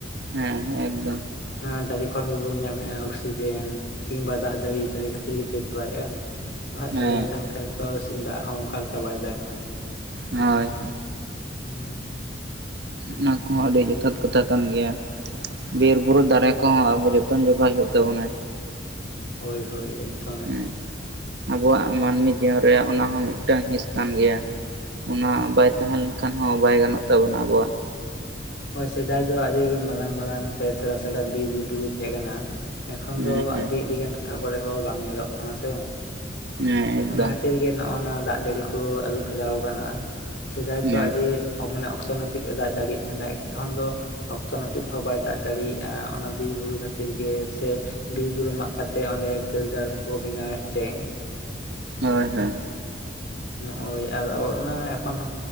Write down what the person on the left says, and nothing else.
ᱦᱮ ᱫᱟᱨᱮ ᱠᱷᱚᱱ ᱜᱮᱵᱚᱱ ᱧᱟᱢ ᱮ-ᱟ ᱚᱠᱥᱤᱡᱮᱱ ᱠᱤᱢᱵᱟ ᱫᱟᱜ ᱡᱟᱨᱤ ᱫᱟᱨᱮ ᱠᱷᱟᱹᱛᱤᱨ ᱜᱮᱛᱚᱭ ᱠᱚᱨᱟᱣᱮᱫ-ᱟ ᱟᱨ ᱫᱟᱨᱮ
ᱵᱟᱝ ᱛᱟᱦᱮᱸ ᱞᱮᱱ ᱠᱷᱟᱱ ᱫᱚ ᱛᱚ ᱫᱟᱜ ᱦᱚᱸ ᱚᱱᱠᱟ ᱞᱮᱠᱟ ᱵᱟᱭ ᱫᱟᱜ-ᱟ᱾
ᱦᱩᱸ
ᱦᱳᱭ ᱦᱳᱭ ᱮᱠᱫ
ᱦᱳᱭ ᱥᱮᱫᱟᱭ ᱫᱚ ᱟᱹᱰᱤ ᱢᱟᱨᱟᱝ ᱢᱟᱨᱟᱝ ᱥᱮ ᱥᱮᱬᱟ ᱥᱮᱬᱟ ᱵᱤᱨ ᱵᱩᱨᱩ ᱛᱟᱦᱮᱸ ᱠᱟᱱᱟ ᱮᱠᱷᱚᱱ
ᱫᱚ
ᱟᱹᱰᱤ ᱟᱹᱰᱤ ᱜᱟᱱ ᱴᱚᱴᱷᱟ ᱠᱚᱨᱮ ᱦᱚᱸ ᱵᱟᱝ ᱧᱮᱞᱚᱜ ᱠᱟᱱᱟ ᱥᱮ
ᱚᱱᱟ ᱠᱷᱟᱹᱛᱤᱨ ᱜᱮ ᱱᱚᱜ-ᱚ ᱱᱟ ᱫᱟᱜ ᱡᱟᱹᱲᱤ ᱠᱚ ᱟᱹᱨᱩᱯᱷᱮᱨᱟᱣ ᱠᱟᱱᱟ᱾ ᱥᱮᱫᱟᱭ
ᱫᱚ ᱟᱹᱰᱤ ᱢᱟᱱᱮ ᱚᱠᱛᱚ ᱱᱟᱹᱯᱤᱛ ᱮ ᱫᱟᱜ ᱡᱟᱹᱲᱤᱭ ᱛᱟᱦᱮᱱᱟ ᱮᱠᱷᱚᱱ ᱫᱚ ᱚᱠᱛᱚ ᱱᱟᱹᱯᱤᱛ ᱦᱚᱸ ᱵᱟᱭ ᱫᱟᱜ ᱡᱟᱲᱤᱭᱮᱜ-ᱟ ᱚᱱᱟ ᱵᱤᱨ ᱵᱩᱨᱩ ᱠᱷᱟᱹᱛᱤᱨ ᱜᱮ ᱥᱮ ᱵᱤᱨ ᱵᱩᱨᱩ ᱢᱟᱜ ᱠᱟᱛᱮᱫ ᱚᱸᱰᱮ ᱠᱟᱹᱨᱜᱟᱲ ᱠᱚ ᱵᱮᱱᱟᱣ ᱮᱫ ᱛᱮ
ᱦᱳᱭ ᱟᱨ ᱚᱱᱟ ᱮᱠᱷᱚᱱ